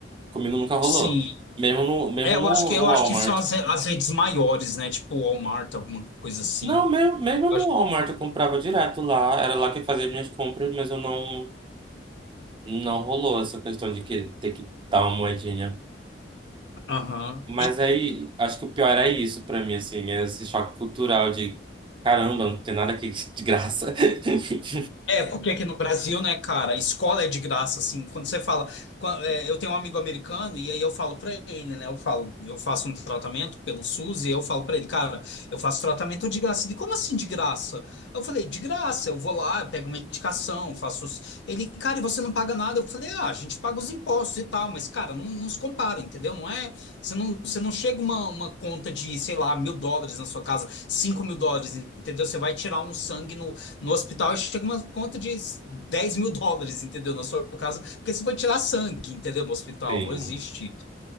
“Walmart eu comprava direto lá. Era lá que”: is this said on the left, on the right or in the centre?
Right